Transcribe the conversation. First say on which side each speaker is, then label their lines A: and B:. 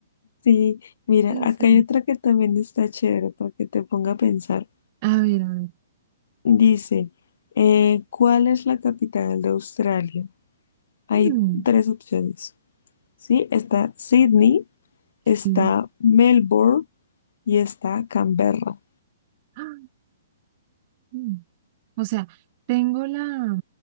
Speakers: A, on the left (about 70°); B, on the right (about 40°).
A: Sí, mira,
B: Excelente.
A: acá hay otra que también está chévere para que te ponga a pensar.
B: A ver, a ver.
A: Dice, eh, ¿cuál es la capital de Australia? Hay
B: Mm,
A: tres opciones, ¿sí? Está Sydney,
B: sí.
A: está Melbourne y está Canberra.
B: Ah, mm. O sea, tengo la